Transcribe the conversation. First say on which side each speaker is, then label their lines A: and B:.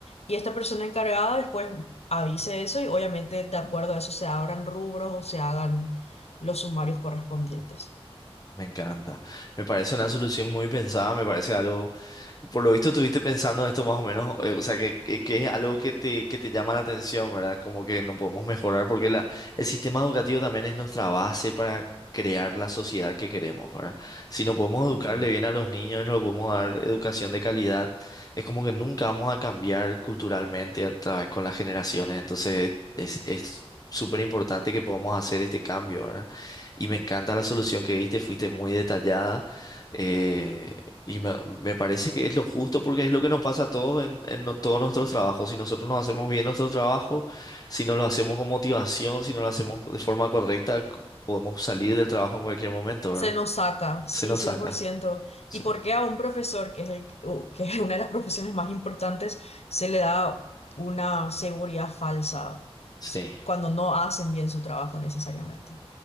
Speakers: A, on the left (about 90°); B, on the left (about 35°).
A: y esta persona encargada después avise eso y obviamente de acuerdo a eso se abran rubros o se hagan los sumarios correspondientes.
B: Me encanta. Me parece una solución muy pensada, me parece algo Por lo visto estuviste pensando en esto más o menos, eh, o sea, que, que- que es algo que te, que te llama la atención, ¿verdad? Como que no podemos mejorar porque la, el sistema educativo también es nuestra base para crear la sociedad que queremos, ¿verdad? Si no podemos educarle
A: Ujú.
B: bien a los niños y no le podemos dar educación de calidad, es como que nunca vamos a cambiar culturalmente a través con las generaciones, entonces es, es súper importante que podamos hacer este cambio, ¿verdad? Y me encanta la solución que diste, fuiste muy detallada. eh, y me, me parece que es lo justo porque es lo que nos pasa a todos en, en no- todos nuestros trabajos. Si nosotros no hacemos bien nuestro trabajo, si no lo hacemos con motivación, si no lo hacemos de forma correcta, c- podemos salir del trabajo en cualquier momento,
A: Se
B: ¿verdad?
A: nos saca, sí,
B: Se nos
A: cien
B: saca.
A: por ciento
B: Sí,
A: ¿Y por qué a un profesor, que es el, o que es una de las profesiones más importantes, se le da una seguridad falsa
B: sí,
A: s- cuando no hacen bien su trabajo necesariamente?